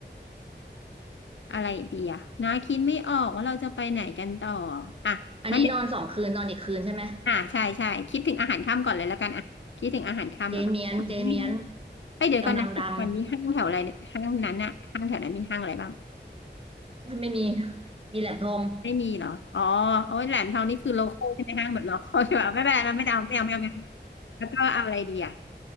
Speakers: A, on the left; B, on the right.
A: อะไรดีอะน้าคิดไม่ออกว่าเราจะไปไหนกันต่ออ่ะงั้นเดี๋ยว
B: อันนี้นอนสองคืนนอนอีกคืนใช่ไหม
A: อ่ะใช่ใช่คิดถึงอาหารค่ำก่อนเลยแล้วกันอ่ะคิดถึงอาหารค่ำแล้วกันแถวนั้นมีห้าง
B: เจเมียนเจเมียน
A: ไปเดี๋ยวก่อนนะก่อนมีห้างแถวอะไรเนี่ยห้างนั้นอะห้างแถวนั้นมีห้างอะไรบ้าง
B: กำลังดังไม่มีมีแหลมทอง
A: ไม่มีเหรออ๋อโอ้ยแหลมทองนี่คือโลคอลใช่ไหมห้างแบบโลคอลใช่ป่ะไม่เป็นไรมันไม่เอาไม่เอาไม่เอาไม่เอาแล้วก็เอาอะไรดีอะ